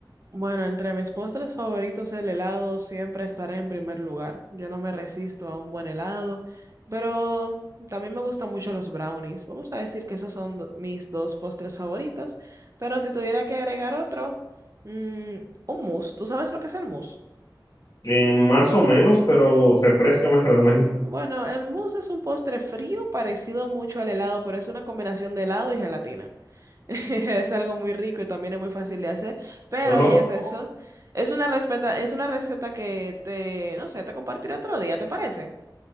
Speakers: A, on the right; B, on the left.
A: Bueno, entre mis postres favoritos, el helado siempre estará en primer lugar. Yo no me resisto a un buen helado, pero también me gustan mucho los brownies. Vamos a decir que esos son do- mis dos postres favoritos, pero si tuviera que agregar otro, mm, un mousse. ¿Tú sabes lo que es el mousse?
B: Eh, más o menos, pero refrescame <laughs> realmente.
A: Bueno, el mousse es un postre frío parecido mucho al helado, pero es una combinación de helado y gelatina. <laughs> Es algo muy rico y también es muy fácil de hacer, pero
B: Ojo.
A: Jefferson, es una receta, es una receta que te, no sé, te compartiré otro día, ¿te parece?